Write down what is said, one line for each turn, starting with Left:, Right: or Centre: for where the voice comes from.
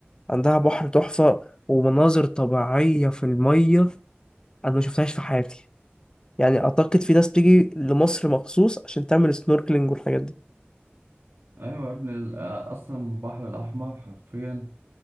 Left: عندها بحر تحفة ومناظر طبيعية في المية انا ما شفتهاش في حياتي يعني اعتقد في ناس بتيجي لمصر مخصوص عشان تعمل سنوركلينج والحاجات دي
Right: أيوة يا ابني ال- آه، أصلا البحر الأحمر حرفيا